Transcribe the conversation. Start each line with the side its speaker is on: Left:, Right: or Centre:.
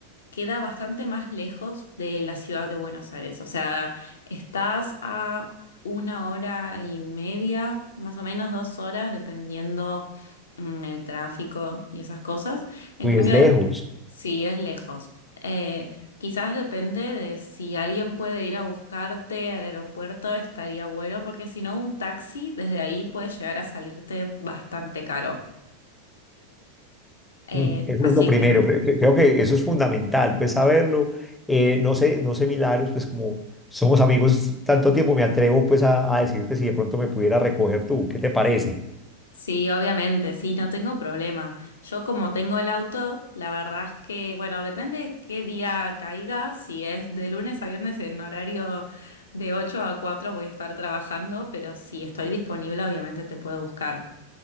Left: queda bastante más lejos de la ciudad de Buenos Aires. O sea, estás a una hora y media, más o menos dos horas, dependiendo mm, el tráfico y esas cosas. En
Centre: uy,
Left: cambio,
Centre: es lejos.
Left: sí es lejos. Eh, quizás depende de si alguien puede ir a buscarte al aeropuerto, estaría bueno, porque si no, un taxi desde ahí puede llegar a salirte bastante caro. Eh,
Centre: Mm. Eso
Left: así
Centre: es lo primero,
Left: que.
Centre: creo, que creo que eso es fundamental, pues saberlo. Eh, no sé, no sé, Milagros, pues como somos amigos tanto tiempo, me atrevo pues a, a decirte si de pronto me pudiera recoger tú, ¿qué te parece?
Left: Sí, obviamente, sí, no tengo problema. Yo como tengo el auto, la verdad es que, bueno, depende qué día caiga, si es de lunes a viernes en horario de 8 a 4 voy a estar trabajando, pero si estoy disponible, obviamente te puedo buscar.